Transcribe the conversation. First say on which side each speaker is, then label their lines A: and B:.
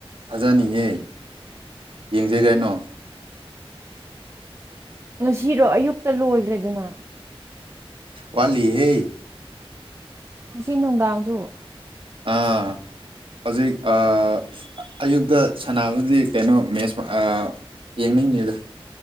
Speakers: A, on the right (about 60°); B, on the right (about 25°).
A: ꯐꯖꯅꯤꯌꯦ ꯌꯦꯡꯖꯦ ꯀꯩꯅꯣ
B: ꯉꯁꯤꯔꯣ ꯑꯌꯨꯛꯇ ꯂꯣꯏꯒ꯭ꯔꯦꯗꯅ
A: ꯋꯥꯠꯂꯤ ꯍꯦ
B: ꯉꯁꯤ ꯅꯨꯡꯗꯥꯡꯁꯨ
A: ꯑꯥ ꯍꯧꯖꯤꯛ ꯑꯥ ꯑꯌꯨꯛ ꯇ ꯁꯥꯟꯅꯕꯗꯤ ꯀꯩꯅꯣ ꯃꯦꯠꯁ ꯑꯥ ꯌꯦꯡꯅꯤꯡꯉꯤꯗ